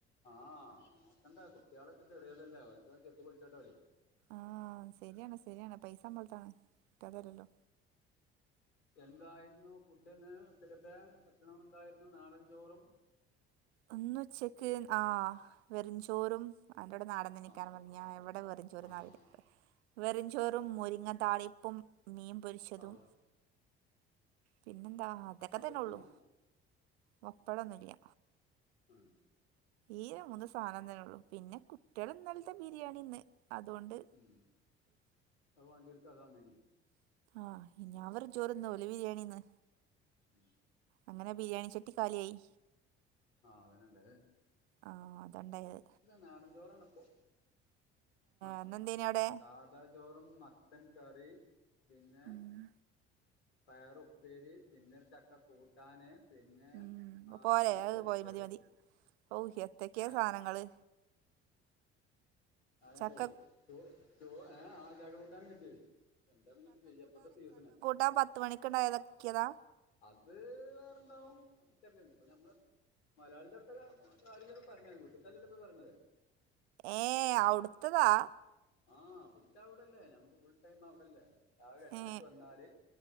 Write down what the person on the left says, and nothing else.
ആഹ് നോക്കണ്ടേ കുട്ട്യാളൊക്കെ ചെറിയതല്ലേ ഓൽക്കൊക്കെ ചെത്തി ചെത്തി പൊൾച്ചാൻണ്ടാവൂലേ
എന്തായിരുന്നു ഫുഡ് ഇന്ന് ഉച്ചക്കത്തെ ഭക്ഷണം എന്തായിരുന്നു നാടൻചോറും
ആ
ആഹ്
ഔ
പപ്പടം
പൊരിച്ചീനോ
ഉം
ഉം അത് വാണ്ടിയോൽക്ക് അത് അങ്ങനെയും.
ഉം
ആഹ് അതന്നെ ണ്ടായേ
നാടൻ ചോറാണ് ഇപ്പൊ മ
സാധാ ചോറും മട്ടൻ കറി പിന്നെ
പയറ് ഉപ്പേരി പിന്നൊരു ചക്ക കൂട്ടാന് പിന്നെ
മാന്തല്
പൊരിച്ചത്
ഏഹ്
അതണ്ട്
ചോ ഏഹ് ആഹ് ചക്ക കൂട്ടാനും കിട്ടി. എന്താ പിന്നേ ഇപ്പൊ ചെയ്യാ ഇപ്പഴത്തെ സീസ്സണ്
അത് വേറെണ്ടാവും. എനിക്കറിയില്ല ഇപ്പൊ ഞമ്മള് മലയാളിന്റെട് തൊക്കെ കാര്യങ്ങള് പറഞ്. വീട്ടിതല്ലല്ലൊ ഇപ്പൊ ഈ പറിയ്ണെ
ആഹ് ഫുഡ് അവിടല്ലേ നമ്മുക്ക് ഫുൾ ടൈം അവിടല്ലേ. രാവിലെ എട്ടരയ്ക്ക്
വന്നാല്